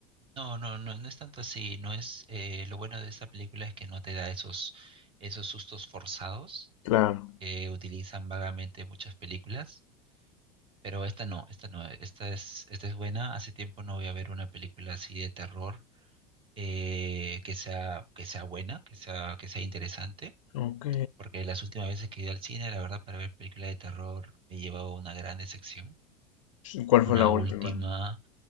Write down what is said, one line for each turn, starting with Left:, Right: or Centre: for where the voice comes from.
Right: No, no, no, no es tanto así, no es, eh, lo bueno de esta película es que no te da esos, esos sustos forzados
Left: Claro.
Right: que utilizan vagamente muchas películas Pero esta no, esta no, esta es, esta es buena. Hace tiempo no voy a ver una película así de terror eh, que sea, que sea buena, que sea, que sea interesante.
Left: Ok.
Right: Porque las últimas veces que he ido al cine, la verdad, para ver películas de terror me he llevado una gran decepción.
Left: ¿Cuál
Right: Una
Left: fue la última?
Right: última,